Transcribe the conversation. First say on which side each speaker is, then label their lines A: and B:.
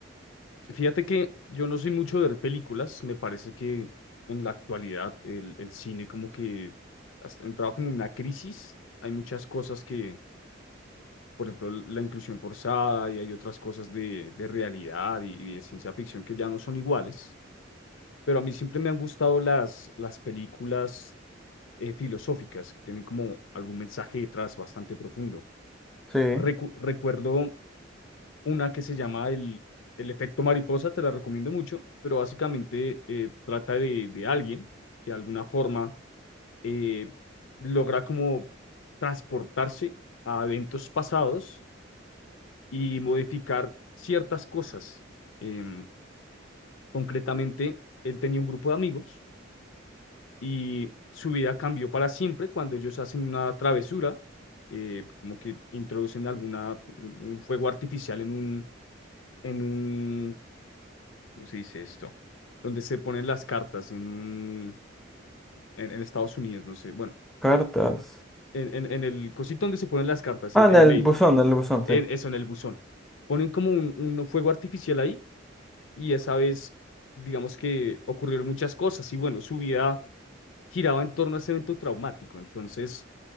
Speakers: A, on the left; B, in the centre.
A: Fíjate que yo no soy mucho de ver películas, me parece que en la actualidad el, el cine como que ha entrado como en una crisis, hay muchas cosas que por ejemplo, la inclusión forzada y hay otras cosas de, de realidad y, y de ciencia ficción que ya no son iguales, pero a mí siempre me han gustado las, las películas eh, filosóficas que tienen como algún mensaje detrás bastante profundo.
B: Sí,
A: Recu- recuerdo una que se llama El, El efecto mariposa, te la recomiendo mucho, pero básicamente eh, trata de, de alguien que de alguna forma eh, logra como transportarse a eventos pasados y modificar ciertas cosas. Em, concretamente, él tenía un grupo de amigos y su vida cambió para siempre cuando ellos hacen una travesura, eh, como que introducen alguna, un fuego artificial en un, en un, ¿cómo se dice esto? Donde se ponen las cartas en un, en, en Estados Unidos, no sé, bueno,
B: cartas.
A: eh, en, en, en el cosito donde se ponen las cartas,
B: Ah,
A: el,
B: en
A: el
B: el
A: mail,
B: buzón, en el buzón,
A: en
B: sí.
A: eso, en el buzón. Ponen como un un fuego artificial ahí y esa vez, digamos que ocurrieron muchas cosas y bueno, su vida giraba en torno a ese evento traumático, entonces